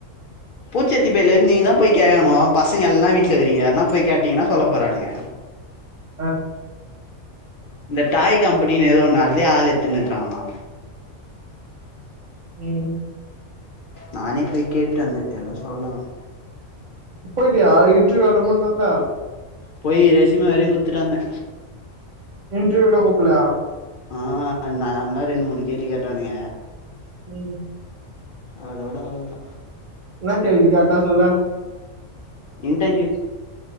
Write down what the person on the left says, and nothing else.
ச்சத்திப்பையல நீ தான் போய் கேக்கணும் பசங்க எல்லா வீட்டுல இருக்கிறீங்க எங்கனா போய் கேட்டீங்கன்னா சொல்ல போறானுங்க
இந்த டாய் கம்பெனின்னு ஏதோ ஒண்ணு அத்லயும் ஆள் எத்துன்னுக்கிறாங்களா
நானே போய் கேட்டு வந்தே எதுவும் சொல்லல அவனுக
போய் ரெசிம வரையும் குடுத்துட்டு வந்தே
ஆஹ் ந அது மாரி ரெண்டு மூணு கேள்வி கேட்டானுங்க
அதோட அவ்ளோதா
இன்டர்ன்ஷிப்